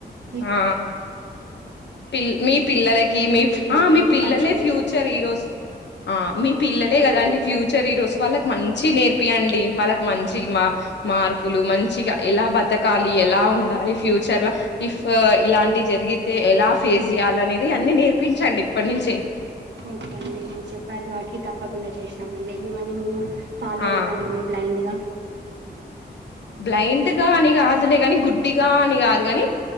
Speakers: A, on the right (about 75°); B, on the left (about 75°).
A: మి
B: ఆ పిల్ మీ పిల్లలకి
A: సోదరులకి
B: మీ ఆ
A: అందరికీ
B: మీ పిల్లలే
A: పంచుకుంటాం
B: ఫ్యూచర్ ఈరోజు. ఆ మీ పిల్లలే కదా
A: అవునండి
B: అండి ఫ్యూచర్ ఈ రోజు. వాళ్ళకు మంచి నేర్పియండి, వాళ్ళకు మంచి మా మార్పులు మంచిగా ఎలా బతకాలి. ఎలా ఉండాలి ఫ్యూచర్ల ఇఫ్ ఇలాంటి జరిగితే ఎలా ఫేస్ చేయాలి అనేది అన్ని నేర్పించండి ఇప్పటి నుంచే.
A: ఓకే అండి మీరు చెప్పారు కాబట్టి తప్పకుండా చేస్తామండి. మిమ్మల్ని మేము ఫాలో
B: ఆ
A: అయితామండి బ్లైండ్ గా.
B: బ్లైండ్గా అని కాదులే కాని గుడ్డిగా అని కాదు కాని